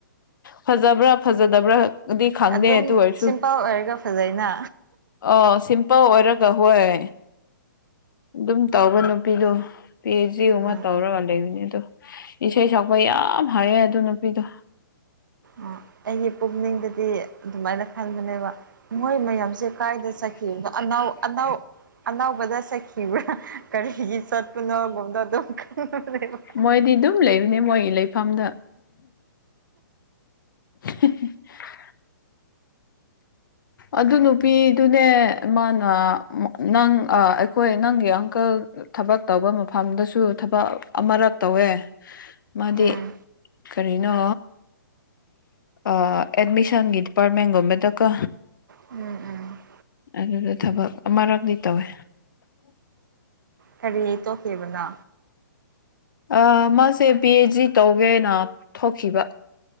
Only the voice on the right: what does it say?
ꯑꯗꯨꯝ
ꯁꯤꯝꯄꯜ ꯑꯣꯏꯔꯒ ꯐꯖꯩꯅ
ꯎꯝ
ꯑꯥ ꯑꯩꯒꯤ ꯄꯨꯛꯅꯤꯡꯗꯗꯤ ꯑꯗꯨꯃꯥꯏꯅ ꯈꯟꯕꯅꯦꯕ ꯃꯣꯏ ꯃꯌꯥꯝꯁꯦ ꯀꯥꯏꯗ ꯆꯠꯈꯤꯕꯗꯣ ꯑꯅꯥ ꯑꯅꯥꯎ ꯑꯅꯧꯕꯗ ꯆꯈꯤꯕ꯭ꯔꯥ ꯀꯔꯤꯒꯤ ꯆꯠꯄꯅꯣꯒꯨꯝꯗ ꯑꯗꯨꯝ <unintelligible>
ꯎꯝ
ꯎꯝ ꯎꯝ
ꯀꯔꯤ ꯇꯣꯛꯈꯤꯕꯅꯣ